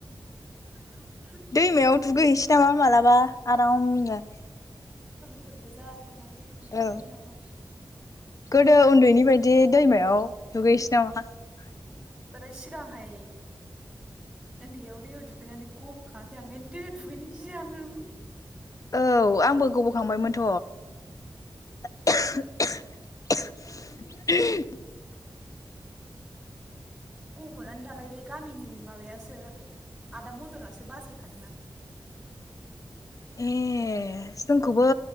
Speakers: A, in the centre; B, on the left.
A: मायाव
B: दैमायाव थुगै है तावा मालाबा आरामनो
A: फोर गोजा थांनानै दुगैहैनांगौ।
B: औ गोदो उनदैनि बायदि दैमायाव दुगै <unintelligible>
A: दा सिगांहाय उन्दैयाव दैयाव दुगैनानै गबो खाङाखै आं ओंखायनो दैयाव दुगैनो गियो आङो।
B: औ आंबो गबखांबायमोनथ। <unintelligible>
A: गबनानो दालाय बे गामिनि माबायासो आदा मदनासो बासायखादोंना।
B: ए जोंखौबो